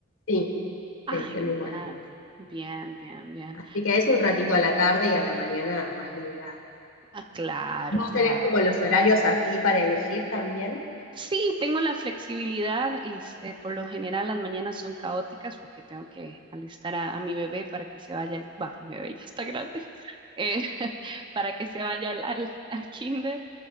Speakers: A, on the left (about 75°); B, on the right (about 25°).
A: Sí,
B: Ah,
A: sí, el
B: genial.
A: mismo horario.
B: Bien, bien, bien.
A: Así que es un ratito a la tarde y a la mañana más liberado.
B: Ah, claro,
A: ¿Vos
B: claro.
A: tenés como los horarios así para elegir también?
B: Sí, tengo la flexibilidad. Este, por lo general las mañanas son caóticas porque tengo que alistar a, a mi bebé para que se vaya al, bah, mi bebé ya está grande, <laughs> eh, <laughs> para que se vaya al, al, al kinder.